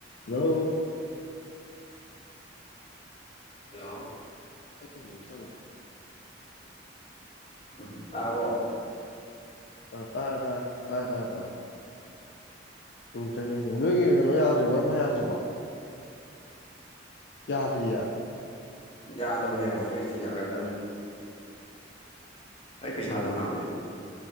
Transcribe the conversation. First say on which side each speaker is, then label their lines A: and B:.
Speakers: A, on the left; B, on the left.
A: hello
B: hello
A: ꯀ ꯂꯩ ꯆꯠ <inaudible>
B: ꯎꯝ ꯇꯥꯔꯕꯣ
A: ꯑ ꯇꯥꯔꯦ ꯇꯥꯔꯦ ꯇꯥꯔꯦ ꯇꯥꯔꯦ ꯏꯟꯇꯔꯅꯦꯠꯅꯦ ꯅꯣꯏꯒꯤ ꯀꯩꯅꯣ ꯌꯥꯗꯔꯤꯕꯣ
B: ꯎꯝ
A: ꯋꯥꯏ ꯐꯥꯏ ꯌꯥꯗ꯭ꯔꯤꯕꯣ ꯌꯥꯗ꯭ꯔꯤꯌꯦ
B: ꯌꯥꯗꯕꯅꯦꯕ
A: ꯑꯣ
B: ꯑꯩꯈꯣꯏꯁꯦ ꯌꯥꯒꯟꯗꯕꯅꯦꯕ ꯑꯩ ꯄꯩꯁꯥ
A: ꯑꯣ
B: ꯑꯗꯨꯝ ꯍꯥꯞꯄꯤꯗꯣ